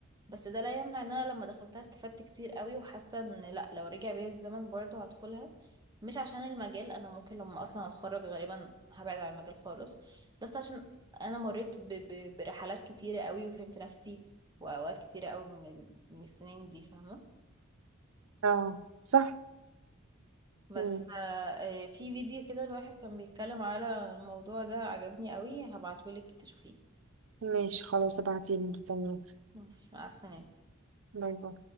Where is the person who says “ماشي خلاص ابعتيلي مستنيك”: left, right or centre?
Right